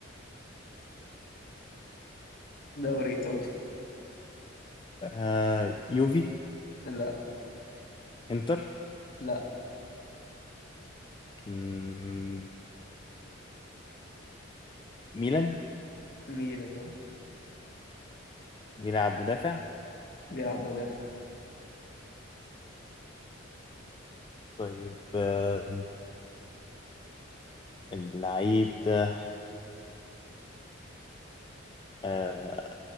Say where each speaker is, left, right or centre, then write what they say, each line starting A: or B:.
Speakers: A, on the left; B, on the left.
A: دوري ايطالي
B: آه يوفي
A: لا
B: انتر
A: لا
B: مم، ميلان
A: ميلان آه.
B: بيلعب مدافع
A: بيلعب مدافع
B: طيب آه، اللعيب ده آه